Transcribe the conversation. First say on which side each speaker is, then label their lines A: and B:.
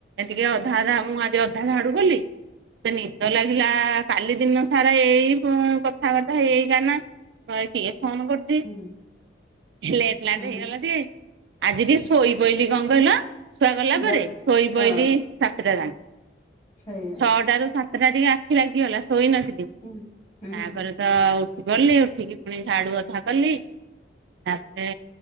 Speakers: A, on the right; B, on the left.
A: ଟିକେ ଅଧା ଅଧା ମୁଁ ଆଜି ଅଧା ଝାଡୁ କଲି ମତେ ନିଦ ଲାଗ ପିଲା କାଲି ଦିନ ସାରା ଏଇ ପୁଁ କଥାବାର୍ତ୍ତା ହେଇ ହେଇକା ନାଁ କିଏ ଫୋନ୍ କରୁଚି
B: ହୁଁ
A: ଲେଟ୍ ଲାଟ
B: ହୁଁ
A: ହେଇଗଲା ଟିଏ। ଆଜି ଟିଏ ଶୋଇ ପଇଲି କଁ କହିଲ ଛୁଆ ଗଲା
B: ଜଲ୍
A: ପରେ ଶୋଇ
B: ହଁ
A: ପଇଲି ସାତଟା ଯା
B: ସେଇଆ
A: ଛଅଟା ରୁ ସାତଟା ଟିକେ ଆଖି ଲାଗିଗଲା । ଶୋଇ ନଥିଲି
B: ହୁଁ ହୁଁ
A: ତାପରେ ତ ଉଠି ପଡ଼ିଲି ଉଠିକି ପୁଣି ଝାଡ଼ୁ ଅଧା କଲି । ତାପରେ